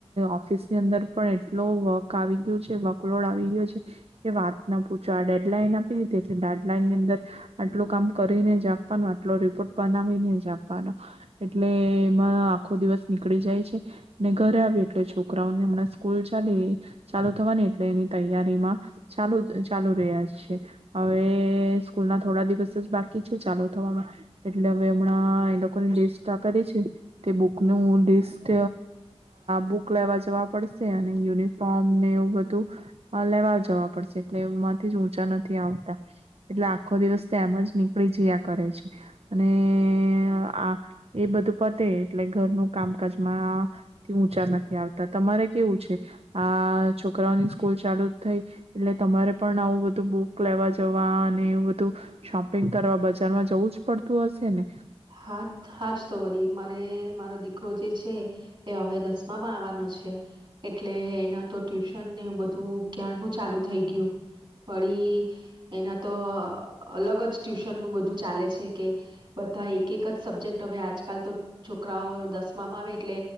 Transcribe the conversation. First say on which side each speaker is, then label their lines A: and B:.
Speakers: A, on the right (about 70°); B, on the right (about 50°).
A: ઓફિસની અંદર પણ એટલો વર્ક આવી ગયો છે વર્કલોડ આવી ગયો છે કે વાત ના પૂછો આ ડેડલાઈન આપી દીધી એટલે ડેડલાઇન ની અંદર આટલું કામ કરીને જ આપવાનો આટલો રિપોર્ટ બનાવીને જ આપવાનો એટલે એમાં આખો દિવસ નીકળી જાય છે ને ઘરે આવી એટલે છોકરાઓને હમણાં સ્કૂલ ચાલી ચાલુ થવાની એટલે એની તૈયારીમાં ચાલુ ચાલુ રહ્યા છે હવે સ્કૂલ ના થોડા દિવસ જ બા કી છે ચાલુ થવામાં એટલે હવે હમણાં એ લોકોની જે સા કરીે છે તે બુકનું લિસ્ટ બુક લેવા જવા પડશે અને યુનિફોર્મ ને એવું બધું લેવા જવા પડશે એટલે ઊંચા નથી આવતા એટલે આખો દિવસ તેમજ નીકળી જયા કરે છે અને આ એ બધું પતે એટલે ઘરનું કામકાજમાંથી ઊંચા નથી આવતા તમારે કેવું છે આ છોકરાઓની સ્કૂલ ચાલુ જ થઈ એટલે તમારે પણ આવું બધું બુક લેવા જવા અને એવું બધું શોપ શોપિંગ કરવા બજાર માં જવું જ પડતું હશે ને
B: હા હાજ તો વરી મારે મારો દીકરો જે છે એ હવે દસમામાં આવવાનો છે એટલે એના તો ટ્યુશનને બધું ક્યાર નું ચાલુ થઈ ગયું વળી એના તો અલગ જ ટ્યુશનનુંબધું ચાલે છે કે બધા એક એક જ સબ્જેક્ટ હ આજકાલ તો છોકરાઓ દસમામાં આવે એટલે